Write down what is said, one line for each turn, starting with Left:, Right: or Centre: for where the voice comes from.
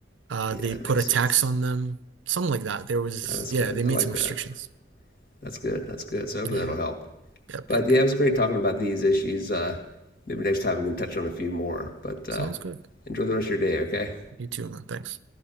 Right: Uh,
Left: Yeah,
Right: they
Left: it
Right: put
Left: makes
Right: a tax
Left: sense.
Right: on them, something like that. There was,
Left: No, that's
Right: yeah,
Left: good.
Right: they made
Left: I like
Right: some restrictions.
Left: that. That's good. That's good. So
Right: Yeah.
Left: hopefully that'll help.
Right: Yep,
Left: But
Right: yep,
Left: yeah,
Right: yep.
Left: it was great talking about these issues. Uh, maybe next time we can touch on a few more. But uh,
Right: Sounds good.
Left: Enjoy the rest of your day, okay?
Right: You too, man. Thanks.